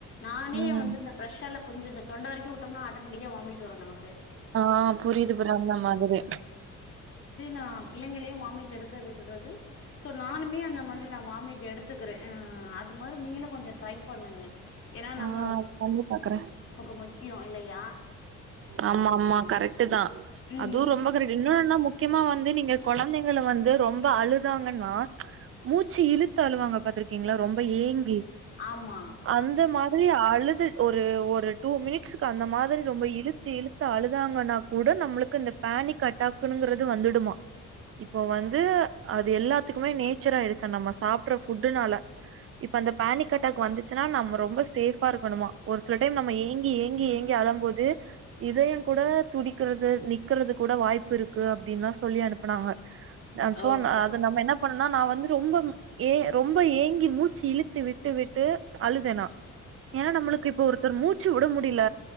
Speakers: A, on the left (about 45°); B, on the right (about 45°).
A: நானே
B: ம்
A: வந்து இந்த பிரஷால கொஞ்சம் இந்த தொண்டரைக்கும் விட்டம்னா ஆட்டோமட்டிக்காக வாமமிட் வரும் நமக்கு
B: ஆஹ் புரியுது புற அந்த மாதிரி
A: நான் பிள்ளைங்களையும் வாமிட் எடுக்க விட்டுற நானுமே அந்த மாதிரி நான் வாட் எடுத்துக்கிறேன் அது மாதிரி நீங்களும் கொஞ்சம் ட்ரை பண்ணுங்க ஏன்னா
B: ஆஹ்
A: நம்ம
B: பண்ணி பாக்குறேன்
A: நமக்கு முக்கியோ இல்லையா
B: ஆமா ஆமா கரெக் ட்தான்
A: ம்
B: அதுவும் ரொம்ப கரெக்ட் இன்னொன்ன என்ன முக்கியமா வந்து நீங்க குழந்தைங்கல வந்து ரொம்ப அழுதாங்கன்னா மூச்சு இழுத்து அழுவாங்க பாத்த பத்தீங்களா ரொம்ப ஏங்கி
A: ஆமா
B: அந்த மாரி அழுது ஒரு ஒரு டூ மினிட்க்கு அந்த மாதிரி ரொம்ப இழுத்து இழுத்து அழுதாங்கன்னா கூட நம்மளுக்கு இந்த பேனிக் அட்டாங்கிறது வந்துடுமா இப்ப வந்து அது எல்லாத்துக்குமே நேச்சர் ஆயடுச்ச நம்ம சாப்படுறனால இப்ப அந்த பேனிக் அட்டாக் வந்துச்சுன்னா நம்ம ரொம்ப சேஃபா இருக்கணுமா ஒரு சில டைம் நம்ம ஏங்கிஏங்கி இங்கி எங்கி அளும் போது இதயம் கூட துடிக்குறது நிக்கறது கூட வாய்ப்பு இருக்கு அப்டின்னு எல்லாம் சொல்லி அனுப்புனாங்க அ சோ
A: ஓ ஓ
B: அது நம்ம என்ன இது நான் வந்து ரொம்ப ஏன் ரொம்ப ஏங்க மூச்சு இழுத்து விட்டு விட்டு அழுதனா ஏன்னா நம்மளுக்கு இப்ப ஒரு ஒரு மூச்சு விட முடியல